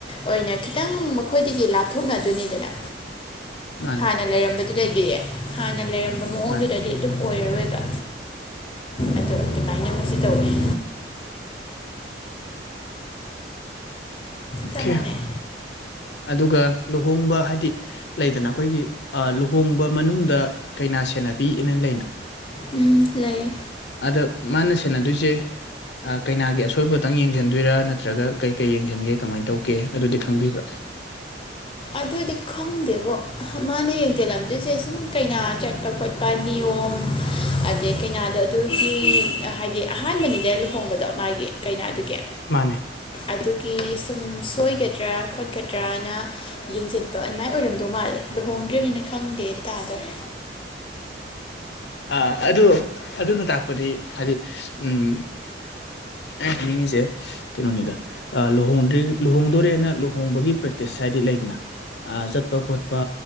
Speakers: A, on the left (about 30°); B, on the left (about 65°).
A: ꯑꯣꯏꯅ ꯈꯤꯇꯪ ꯃꯈꯣꯏꯗꯒꯤ ꯂꯥꯞꯊꯣꯛꯅꯗꯣꯏꯅꯤꯗꯅ
B: ꯃꯥꯅꯦ
A: ꯍꯥꯟꯅ ꯂꯩꯔꯝꯕꯗꯨꯗꯒꯤ ꯍꯥꯟꯅ ꯂꯩꯔꯝꯕ ꯃꯑꯣꯡꯗꯨꯗꯗꯤ
B: ꯃꯥꯅꯦ
A: ꯑꯗꯨꯝ ꯑꯣꯏꯔꯔꯣꯏꯕ ꯑꯗꯣ ꯑꯗꯨꯃꯥꯏꯅꯃꯛꯨꯁꯨ ꯇꯧꯌꯦ
B: ꯑꯣꯀꯦ
A: ꯆꯞ ꯃꯥꯟꯅꯩ
B: ꯑꯗꯨꯒ ꯂꯨꯍꯣꯡꯕ ꯍꯥꯏꯗꯤ ꯂꯩꯗꯅ ꯑꯩꯈꯣꯏꯒꯤ ꯑ ꯂꯨꯍꯣꯡꯕ ꯃꯅꯨꯡꯗ ꯀꯩꯅꯥ ꯁꯦꯟꯅꯕꯤꯑꯅ ꯂꯩꯅ
A: ꯎꯝ ꯂꯩꯌꯦ
B: ꯑꯗ ꯃꯥꯅ ꯁꯦꯟꯅꯗꯣꯏꯖꯦ ꯑ‌ꯀꯩꯅꯥꯒꯤ ꯑꯁꯣꯏꯕꯇꯪ ꯌꯦꯡꯖꯟꯗꯣꯏꯔꯥ ꯅꯠꯇ꯭ꯔꯒ ꯀꯩ ꯀꯩ ꯌꯦꯡꯖꯟꯒꯦ ꯀꯃꯥꯏꯅ ꯇꯧꯒꯦ ꯑꯗꯨꯗꯤ ꯈꯪꯕꯤꯕ꯭ꯔꯥ
A: ꯑꯗꯨꯗꯤ ꯈꯪꯗꯦꯕꯣ ꯃꯥꯅ ꯌꯦꯡꯖꯜꯂꯝꯗꯣꯏꯁꯦ ꯁꯨꯝ ꯀꯩꯅꯥ ꯆꯠꯄ ꯈꯣꯠ ꯄꯥ ꯅꯤꯌꯣꯝ ꯑꯗꯩ ꯀꯩꯅꯗꯣ ꯑꯗꯨꯒꯤ ꯍꯥꯏ ꯗꯤ ꯑꯍꯥꯟꯕꯅꯤꯗ ꯂꯨꯍꯣꯡꯕꯗꯣ ꯃꯥꯒꯤ ꯀꯩꯅꯥꯗꯨꯒꯤ
B: ꯃꯥꯅꯦ
A: ꯑꯗꯨꯒꯤ ꯁꯨꯝ ꯁꯣꯏꯒꯗ꯭ꯔꯥ ꯈꯣꯠꯀꯗ꯭ꯔꯅ ꯌꯦꯡꯖꯤꯟꯄ ꯑꯗꯨꯃꯥꯏꯅ ꯑꯣꯏꯔꯝꯗꯧ ꯃꯥꯜꯂꯦ ꯍꯣꯡꯗ꯭ꯔꯔꯤꯕꯅꯤꯅ ꯈꯪꯗꯦ ꯗꯨ ꯇꯥꯗꯣꯔꯦ
B: ꯑ ꯑꯗꯨ ꯑꯗꯨꯅ ꯇꯥꯛꯄꯗꯤ ꯍꯥꯏꯗꯤ ꯎꯝ ꯑꯩ ꯍꯥꯏꯅꯤꯡꯉꯤꯖꯦ ꯀꯩꯅꯣꯅꯤꯗ ꯑ ꯂꯨꯍꯣꯡꯗ꯭ꯔꯤ ꯂꯨꯍꯣꯡꯗꯣꯔꯦꯅ ꯂꯨꯍꯣꯡꯕꯒꯤ ꯄ꯭ꯔꯦꯛꯇꯤꯁ ꯍꯥꯏꯗꯤ ꯂꯩꯗꯅ ꯑ ꯆꯠꯄ ꯈꯣꯠꯄ